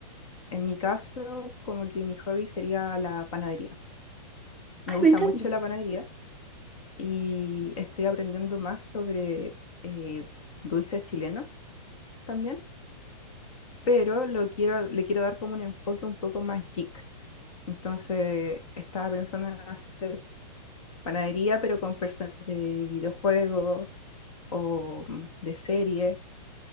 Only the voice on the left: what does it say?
en mi caso, como que mi hobby sería la panadería. Me
gusta
mucho la panadería y estoy aprendiendo más sobre eh, dulces chilenos también. pero lo quiero, le quiero dar como un enfoque un poco más geek. Entonces, estaba pensando en hacer panadería, pero con personas de videojuegos o mm, de series.